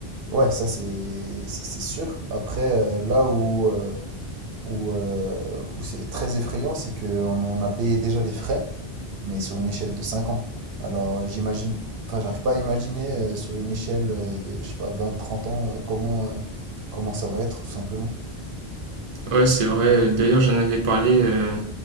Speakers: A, on the right (about 70°); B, on the right (about 40°).
A: Ouais, ça c'est c'est c'est sûr. Après, euh, là où, euh, où, euh, où c'est très effrayant, c'est qu'on on a payé déjà des frais, mais sur une échelle de 5 ans. Alors euh, j'imagine, enfin j'arrive pas à imaginer euh, sur une échelle euh, de, je sais pas, vingt trente ans, euh, comment, euh, comment ça va être tout simplement.
B: Ouais, c'est vrai. D'ailleurs, j'en avais parlé euh,